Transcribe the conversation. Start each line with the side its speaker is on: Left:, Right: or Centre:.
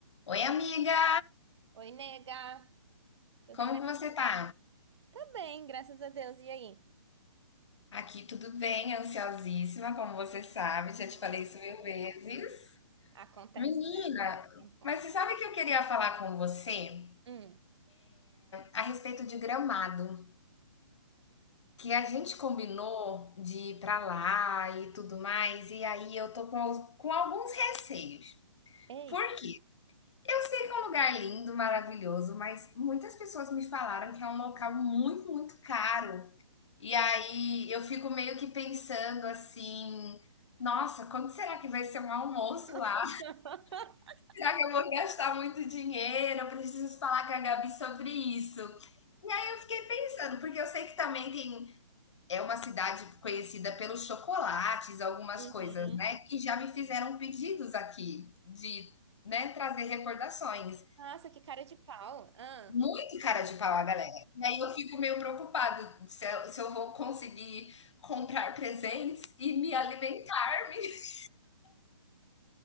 Left: Oi, amiga!
Right: Oi, nega, tudo
Left: Como
Right: bem?
Left: que você tá?
Right: Tá bem, graças a Deus. E aí?
Left: Aqui tudo bem, ansiosíssima, como você sabe, já
Right: Hum.
Left: te falei isso mil vezes.
Right: Acontece,
Left: Menina,
Right: né? Encontro.
Left: mas você sabe que eu queria falar com você
Right: Hum.
Left: a respeito de Gramado, que a gente combinou de ir pra lá e tudo mais, e aí eu tô com, al- com alguns receios.
Right: Ei.
Left: Por quê? Eu sei que é um lugar lindo, maravilhoso, mas muitas pessoas me falaram que é um local muito, muito caro. E aí eu fico meio que pensando assim: nossa, quando será que vai ser um almoço lá?
Right: <laughs>
Left: Será que eu vou gastar muito dinheiro? Eu preciso falar com a Gabi sobre isso. Aí eu fiquei pensando, porque eu sei que também tem. É uma cidade conhecida pelos chocolates, algumas
Right: Uhum.
Left: coisas, né? Que já me
Right: Sim.
Left: fizeram pedidos aqui de, né, trazer recordações.
Right: Nossa, que cara de pau. Ah.
Left: Muito cara de pau a galera. E aí eu fico meio preocupada se eu, se eu vou conseguir comprar presentes e me alimentar-me. <laughs>